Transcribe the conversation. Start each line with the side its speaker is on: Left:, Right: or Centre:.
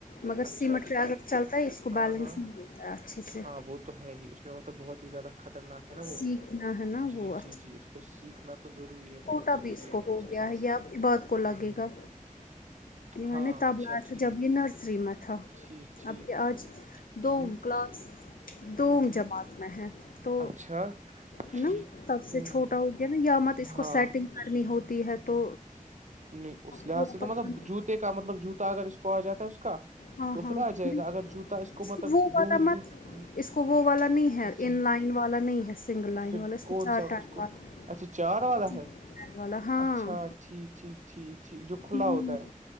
Left: مگر
Right: اچھا
Left: سیمٹ
Right: ٹھیک
Left: پہ اگر چلتا ہے اس کو
Right: ہاں
Left: بیلنس
Right: ہاں
Left: نہیں متا ہے اچھے سے
Right: ہاں وہ تو ہے ہی اس اسپہ مطلب بہت ہی زیادہ خطرناک ہے نا وہ
Left: سیکھنا ہے نا
Right: جی
Left: وہ
Right: جی جی اس کو سیکھنا تو ضروری ہے بہت
Left: تبھی
Right: ضروری
Left: اس کو
Right: ہے
Left: ہو
Right: لحاظ
Left: گیا ہے یا
Right: سے
Left: بعد کو لگے
Right: ہوں
Left: گا یہ میں
Right: ہاں
Left: نے تب
Right: اچھا
Left: لایا تھا
Right: ٹھیک
Left: جب یہ نرسری میں تھا
Right: ٹھیک ٹھیک
Left: آپ کے آج دووم
Right: ہوں
Left: کلاس دوم
Right: ہوں ہوں
Left: جماعت میں ہیں تو
Right: اچھا
Left: ہے نا
Right: ٹھیک
Left: تب سے
Right: ہوں
Left: چھوٹا
Right: ہوں
Left: ہو گیا نا یا مت اس کو
Right: ہاں
Left: سیٹنگ کرنی ہوتی ہے تو
Right: نہیں اس لحاظ
Left: پورا
Right: سے تو
Left: پتا
Right: مطلب جوتے کا مطلب جوتا اگر اس کو آ جاتا ہے اس کا
Left: ہاں
Right: تو
Left: ہاں
Right: پھر آ جائے
Left: نہیں
Right: گا اگر جوتا
Left: اس
Right: مطلب
Left: کو وہ والا
Right: لوز
Left: مت
Right: ووز
Left: اس کو وہ والا نہیں ہے
Right: اچھا
Left: ان لائن والا نہیں ہے سنگل لائن
Right: پھر
Left: والا اس
Right: کون
Left: کو چار
Right: سا
Left: ٹائم
Right: اس کو
Left: والا
Right: اچھا چار والا
Left: تین
Right: ہے
Left: ٹائم والا ہاں
Right: اچھا ٹھیک ٹھیک ٹھیک ٹھیک جو کھلا
Left: ہوں
Right: ہوتا ہے